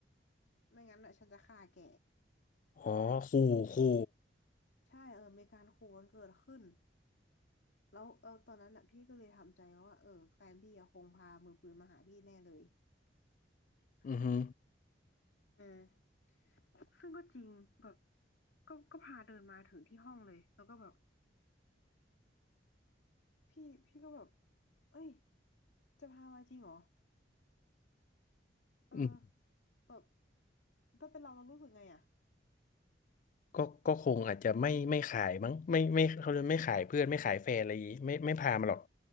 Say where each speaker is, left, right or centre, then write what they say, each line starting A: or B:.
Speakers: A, on the left (about 75°); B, on the left (about 45°).
A: ไม่งั้นอ่ะฉันจะฆ่าแก
B: อ๋อคู่คู่
A: ใช่เออมีการขู่กันเกิดขึ้นแล้วเออตอนนั้นอ่ะพี่ก็เลยทำใจว่าเออแฟนพี่อะคงพามือปืนมาหาพี่แน่เลย
B: อือฮึ
A: อืมซึ่งก็จริงแบบก็ก็พาเดินมาถึงที่ห้องเลยแล้วก็แบบพี่พี่ก็แบบเอ้ยจะพามาจริงเหรอเออ
B: อืม
A: แบบถ้าเป็นเราเรารู้สึกไงอ่ะ
B: ก็ก็คงอาจจะไม่ไม่ขายมั้งไม่ไม่เขาเรียกไม่ขายเพื่อนไม่ขายแฟนอะไรอย่างงี้ไม่ไม่พามาหรอก